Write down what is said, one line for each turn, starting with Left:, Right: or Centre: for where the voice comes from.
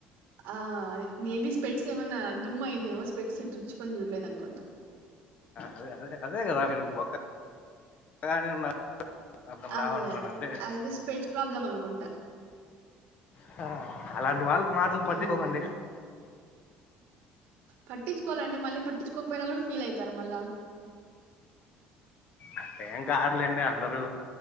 Right: ఆ మేబీ స్పెట్స్ ఏమన్నా దుమ్ అయింది ఏమో స్పెట్స్ తుడుచుకొని చూడలేదు అనుకుంటా
Left: అదే అదే అదే కదా మీరు బక ఎక్కగానే ఉన్నారు అతను లా
Right: అదే
Left: ఉంటున్నాడంటే
Right: అదే అయితే స్పెడ్స్ ప్రాబ్లమ్ అనుకుంటా.
Left: హ అలాంటి వాళ్ళ మాటలు పట్టుకోకండి.
Right: హ్మ్ పట్టించుకోవాలండి మళ్ళీ. పట్టించుకోకపోయినా కూడా ఫీల్ అవుతారు మళ్లా.
Left: అంత ఏం కారులేండి అందరూ.